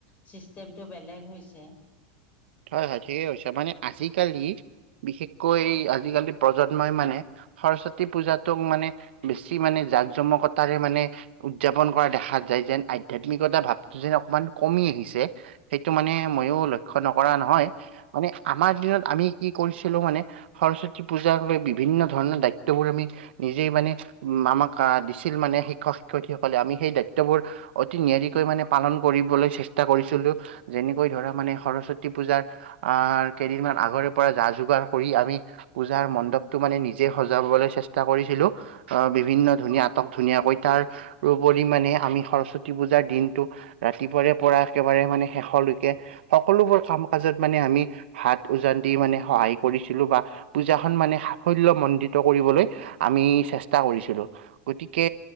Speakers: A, on the left; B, on the right.
A: ছিষ্টেমটো বেলেগ হৈছে।
B: হয় হয়, ঠিকেই কৈছে, মানে আজিকালি, বিশেষকৈ আজিকালি প্ৰজন্মই, মানে সৰস্বতী পূজাটোক, মানে, বেছি, মানে, জাক জমকতাৰে মানে উদযাপন কৰা দেখা যায়, যেন আধ্যাত্মিকতা ভাৱটো যেন অকমান কমি আহিছে। সেইটো মানে, ময়ো লক্ষ্য নকৰা নহয়, মানে আমাৰ দিনত আমি কি কৰিছিলোঁ মানে সৰস্বতী পূজাক লৈ বিভিন্ন ধৰণৰ দায়িত্ববোৰ আমি নিজেই, মানে, আমাক দিছিল, মানে শিক্ষক শিক্ষয়িত্ৰীসকলে, আমি সেই দায়িত্ববোৰ অতি নিয়াৰিকৈ, মানে, পালন কৰিবলৈ চেষ্টা কৰিছিলোঁ, যেনেকৈ ধৰা, মানে সৰস্বতী পূজাৰ, আহ, কেইদিনমান আগৰে পৰা যা যোগাৰ কৰি আমি পূজাৰ মণ্ডপটো, মানে, নিজে সজাবলৈ চেষ্টা কৰিছিলো। অ', বিভিন্ন ধুনীয়া, আটক ধুনীয়াকৈ, তাৰ উপৰি মানে আমি সৰস্বতী পূজাৰ দিনটো ৰাতিপুৱাৰে পৰা একেবাৰে, মানে, শেষলৈকে সকলোবোৰ কাম কাজত, মানে, আমি হাত উজান দি, মানে, সহায় কৰিছিলোঁ বা পূজাখন, মানে, সাফল্যমণ্ডিত কৰিবলৈ আমি চেষ্টা কৰিছিলোঁ। গতিকে